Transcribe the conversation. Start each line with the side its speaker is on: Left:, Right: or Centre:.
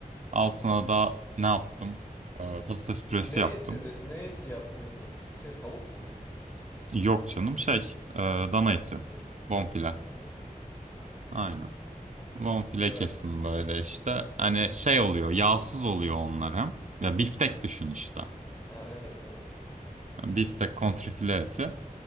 Right: Altına da ne yaptım? Ee, patates püresi
Left: Ne
Right: yaptım.
Left: eti, de- ne eti yapıyordun? Şey tavuk mu?
Right: Yok canım şey, e, dana eti.
Left: Kuş.
Right: Bonfile.
Left: Ha kuş. Aynen. Ha,
Right: Aynen.
Left: tamam.
Right: Bonfile
Left: Güzel.
Right: kesim böyle işte. Hani şey oluyor, yağsız oluyor onlar hem. Ya biftek düşün işte.
Left: Ha, evet doğru.
Right: Yani Biftek kontrfile eti.